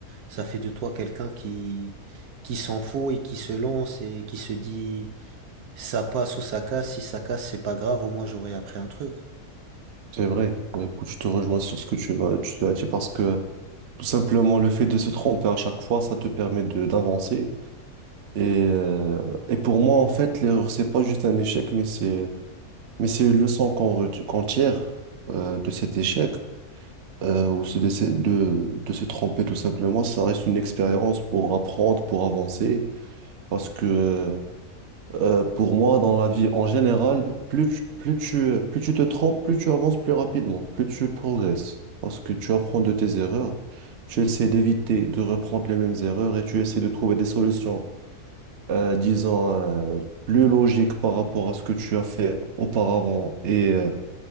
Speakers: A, on the right; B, on the right.
A: ça fait de toi quelqu'un qui, qui s'en fout et qui se lance et qui se dit, ça passe ou ça casse, si ça casse, c'est pas grave, au moins j'aurai appris un truc.
B: c'est vrai. Bah, écoute, je te rejoins sur ce que tu vas, tu as dit parce que tout simplement le fait de se tromper à chaque fois, ça te permet de d'avancer. Et, euh, et pour moi, en fait, l'erreur, c'est pas juste un échec, mais c'est, mais c'est une leçon qu'on ret- qu'on tire euh, de cet échec, euh, ou c'est de, se- de, de se tromper tout simplement. Ça reste une expérience pour apprendre, pour avancer. Parce que euh, euh, pour moi, dans la vie en général, plus tu, plus tu, plus tu te trompes, plus tu avances plus rapidement, plus tu progresses. Parce que tu apprends de tes erreurs, tu essaies d'éviter de reprendre les mêmes erreurs et tu essaies de trouver des solutions euh, disons, euh, plus logique par rapport à ce que tu as fait auparavant et euh,